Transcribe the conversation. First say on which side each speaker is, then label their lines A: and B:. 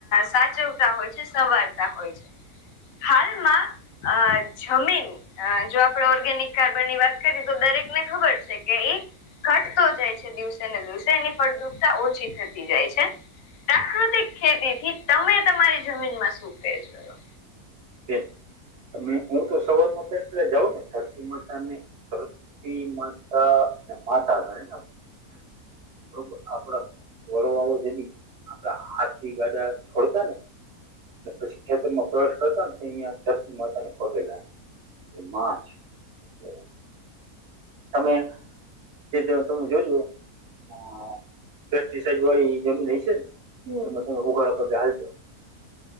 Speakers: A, on the left (about 70°); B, on the right (about 65°).
A: સાચવતા હોય છે સવારતા હોય છે. હાલમાં અ જમીન જો આપડે ઓર્ગેનિક ખાતર ની વાત કરીએ તો દરેક ને ખબર છે કે ઈ ઘટતો જાય છે, દિવસે ને દિવસે એની ફળદ્રુપતા ઓછી થતી જાય છે. પ્રાકૃતિક ખેતી થી તમે તમારી જમીન માં શું ફેર જોયો?
B: કે તમે હું તો સવારમાં પેલા પેલા જાઉં ને ધરતી માતા ને તી માતા ને માતા ખરી ને આપ બરોબર આપડા વડવાઓ જ આપડા હાથ થી ગાડા છોડતા ને એ પછી ખેતરમાં પ્રવેશ કરતા ને એ અહિયાં ધરતી માતા ને પગે લાગે એ માં છે તમે એ જાઉં તમે જોજો હ પેસ્ટીસાઈડ વાળી જમીન હયસે ને હમમ એમાં તમે ઉગાડા પગે હાલજો